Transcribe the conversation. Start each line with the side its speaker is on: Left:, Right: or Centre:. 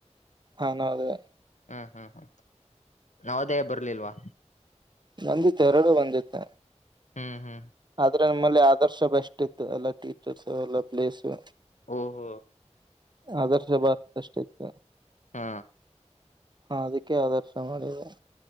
Right: ಹ ನವೋದಯ.
Left: ಹ್ಮ್ ಹ್ಮ್ ಹ್ಮ್ ನವೋದಯ ಬರ್ಲಿಲ್ವಾ.
Right: ನಂಗು ತೈರಾಡ್ ಬಂದಿತ್ತು.
Left: ಹು ಹು.
Right: ಆದ್ರೆ ನಮ್ಮಲ್ಲಿ ಆದರ್ಶ ಬೆಸ್ಟ್ ಇತ್ತು ಎಲ್ಲ ಟೀಚರ್ಸ್ ಎಲ್ಲ ಪ್ಲೇಸು.
Left: ಓಹೋ
Right: ಆದರ್ಶ ಬಾಳ ಬೆಸ್ಟ್ ಇತ್ತು.
Left: ಹು.
Right: ಹ ಅದಕ್ಕೆ ಆದರ್ಶ ಮಾಡಿಲ್ಲಾ.